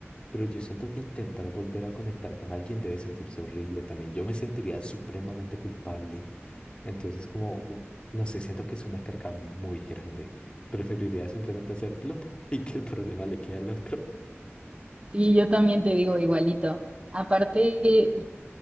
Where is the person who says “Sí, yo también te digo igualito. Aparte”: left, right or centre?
Right